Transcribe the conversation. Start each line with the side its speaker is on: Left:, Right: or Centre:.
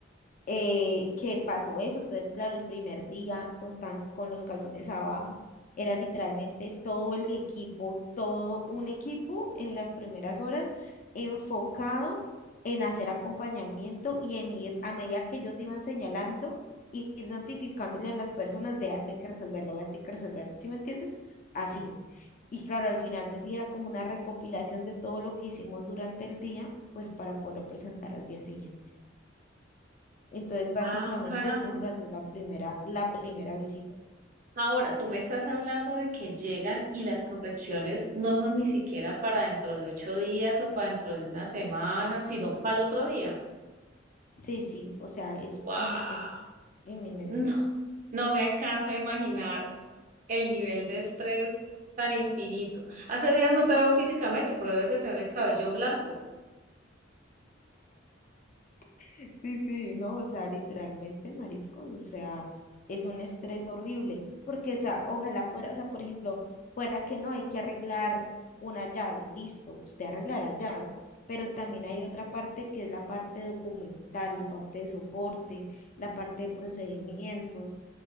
Left: eh, que pasó eso. Entonces, claro, el primer día con, tan, con los calzones abajo, era literalmente todo el equipo, todo un equipo en las primeras horas enfocado en hacer acompañamiento y en ir a medida que ellos iban señalando. i- Ir notificándole a las personas, vea, esto hay que resolverlo, vea, esto hay que resolverlo. ¿Sí me entiendes? Así. Y claro, al final del día era como una recopilación de todo lo que hicimos durante el día, pues para poderlo presentar al día siguiente. Entonces, básicamente
Right: Ah, carajo.
Left: de eso se trató la primera, la primera visita.
Right: Ahora, tú me estás hablando de que llegan y las correcciones no son ni siquiera para dentro de ocho días o para dentro de una semana, sino para el otro día.
Left: Sí, sí, o sea, es,
Right: ¡Wow!
Left: in- es inminente.
Right: No, no me alcanzo a imaginar el nivel de estrés tan infinito. Hace días no te veo físicamente, pero debes de tener el cabello blanco.
Left: <laughs> Sí, sí, no, o sea, literalmente, mariscos, o sea, es un estrés horrible, porque, o sea, ojalá fuera, o sea, por ejemplo, fuera que no hay que arreglar una llave, listo, usted arreglará la llave, pero también hay otra parte que es la parte documental, la parte de soporte, la parte de procedimientos,